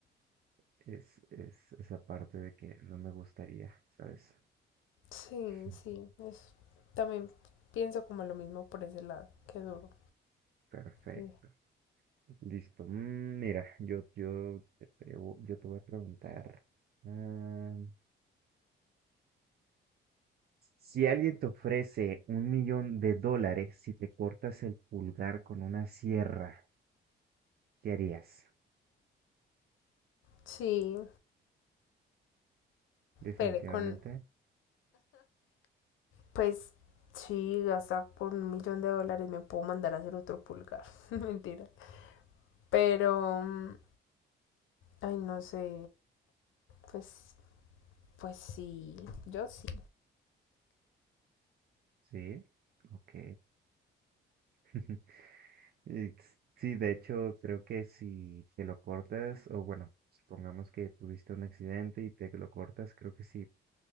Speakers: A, on the right; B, on the left.
A: es, es esa parte de que no me gustaría, ¿sabes?
B: Sí,
A: <laughs>
B: sí. es- también pienso como lo mismo por ese lado. Qué duro.
A: Perfecto.
B: Sí,
A: Listo. Mm, Mira, yo, yo, te pregu- yo te voy a preguntar. ah, si alguien te ofrece un millón de dólares si te cortas el pulgar con una sierra, ¿qué harías?
B: Sí,
A: Definitivamente,
B: pero con Pues sí, hasta por un millón de dólares me puedo mandar a hacer otro pulgar. <laughs> Mentira. Pero, mm, ay, no sé. Pues, pues sí, yo sí.
A: sí. Ok. <laughs> Y Sí, de hecho, creo que si te lo cortas, o bueno, supongamos que tuviste un accidente y te lo cortas, creo que si